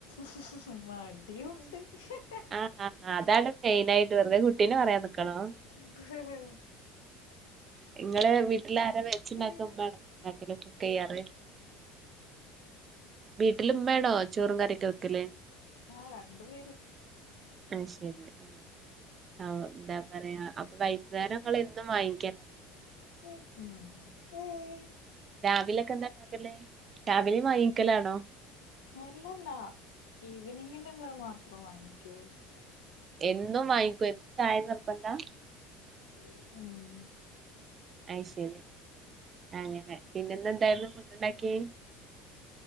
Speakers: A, on the left; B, on the right.
A: <inaudible> മടിയുണ്ട് ഇഹ ഹ
B: അ അ അതാണ് മെയിനായിട്ട് വെറ്തെ കുട്ടീനെ വറയാം ന്ക്കണോ.
A: ക് ഹ് ഹ്
B: ഇങ്ങളെ വീട്ടിലാരാ വെച്ച് ണ്ടാക്ക
A: ഏ
B: മ്മാണൊ <unintelligible> കുക്കെയ്യാറ് വീട്ടില്മ്മേണൊ ചോറും കറിയൊക്ക വെക്കല്?
A: ആഹ് രണ്ടു പേരു
B: അയ്ശരി ആ ആ ഒ ന്താ പറയാ അപ്പൊ വൈകുന്നേരം ങ്ങളെന്നും വാങ്ങിക്കാ
A: <unintelligible> ഉം
B: രാവിലൊക്കന്താണ്ടാക്കല്? രാവിലെയ് വാങ്ങിക്കലാണോ?
A: അല്ലല്ലാ എവെനിംഗിന് ഉള്ളത് മാത്രം വാങ്ങിക്കൂ.
B: എന്നും വാങ്ങിക്കോ <unintelligible> ചായ നിർബന്ത.
A: <unintelligible> ഉം
B: അയ്ശരി അങ്ങനെ പിന്നെ ഇന്ന് എന്തായിരുന്നു ഫുഡ് ഉണ്ടാക്കിയെ.